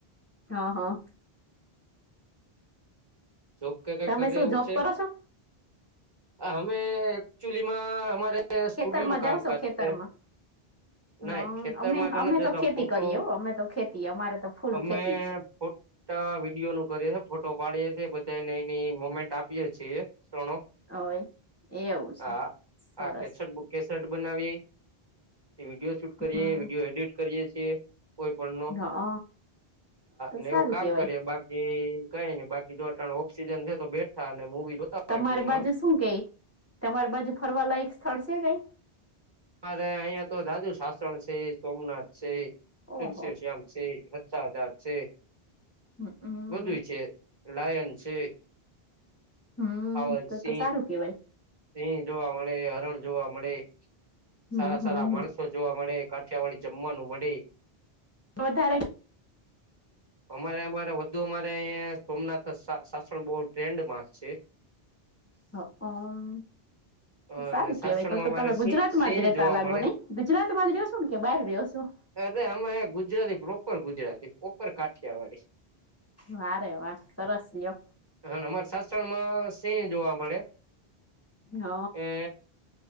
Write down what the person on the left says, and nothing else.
હા હા.
તમે
શું
જોબ
કરો છો?
ખેતરમાં જાવ
છો ખેતરમાં?
હા
અમે
અમે
ખેતી
કરીએ હો અમે તો ખેતી અમારે તો ફૂલ
ખેતી જ
હોય એવું છે
સરસ
હમ
હ તો
સારું
કેવાય
તમારી
બાજુ શું કઈ? તમારી બાજુ ફરવાલાયક સ્થળ છે કઈ?
ઓહો
હમ હમ
હા,
તો
તો સારું કેવાય.
હમ
હમ
હમ
વધારે
હ અમ
સારું
કેવાય તો, તો
તમે
ગુજરાતમાં
જ રેહતા
લાગો
નહી. ગુજરાતમાં જ રયો સો ને કે બહાર રયો છો?
વારે વાહ. સરસ લિ્યો.
હ